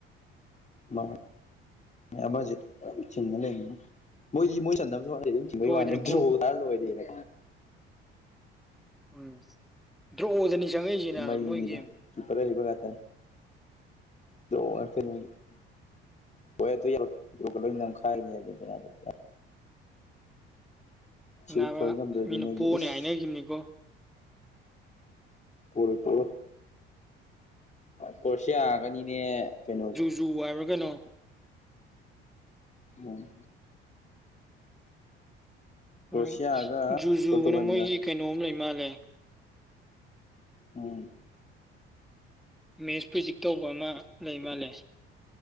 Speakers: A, on the left (about 25°); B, in the centre.
A: ꯃꯪ ꯉꯦ ꯑꯃꯖꯦ ꯗꯨꯝ ꯆꯤꯡꯉ ꯂꯩꯉꯣ ꯃꯣꯏꯗꯤ ꯃꯣꯏ ꯆꯟꯅꯕꯁꯨ ꯍꯣꯠꯅꯗꯦ ꯗꯨꯝ ꯆꯤꯡꯕꯩ
B: ꯁꯣꯏꯗꯅ
A: ꯋꯥꯅꯦ ꯗ꯭ꯔꯣ
B: ꯄꯣ
A: ꯇꯥꯔꯥ ꯂꯣꯏꯔꯦꯅ
B: ꯎꯝ ꯗ꯭ꯔꯣꯗꯅꯤ ꯆꯪꯉꯛꯏꯁꯤꯅ
A: ꯃꯩꯅꯤꯅ‌ꯦ
B: ꯃꯣꯏꯒꯤ
A: ꯀꯤꯄꯔ ꯑꯍꯩꯕ ꯉꯥꯛꯇꯅꯤ ꯗ꯭ꯔ‌ꯣ‌ ꯉꯥꯛꯇꯅꯤ <unintelligible> <unintelligible> ꯁꯤꯕꯨ
B: ꯅꯥꯕ
A: ꯊꯣꯏ ꯉꯝꯗ꯭ꯔꯗꯤ
B: ꯃꯤꯅ
A: ꯃꯣꯏꯁꯨ
B: ꯄꯣꯅꯤ
A: ꯏꯁ
B: ꯍꯥꯏꯅꯒꯤꯅꯤꯀꯣ
A: ꯄꯣꯔꯣꯏ ꯄꯣꯔꯣꯏ ꯀ꯭ꯔꯣꯁꯤꯌꯥꯒꯅꯤꯅꯦ ꯀꯩꯅꯩꯖꯨ
B: ꯖꯨ ꯍꯥꯏꯕ꯭ꯔꯥ ꯀꯩꯅꯣ
A: ꯃꯣ
B: ꯍꯣꯔꯦꯟ
A: ꯀ꯭ꯔꯣꯁꯤꯌꯥꯒ
B: ꯖꯨ ꯖꯨꯅ
A: ꯄꯣꯔꯇꯨꯒꯟꯒ
B: ꯃꯣꯏꯒꯤ ꯀꯩꯅꯣꯝ ꯂꯩ ꯃꯥꯜꯂꯦ
A: ꯎꯝ
B: ꯃꯦꯠꯁ ꯄ꯭ꯔꯤꯖꯤꯛ ꯇꯧꯕ ꯑꯃ ꯂꯩ ꯃꯥꯜꯂꯦ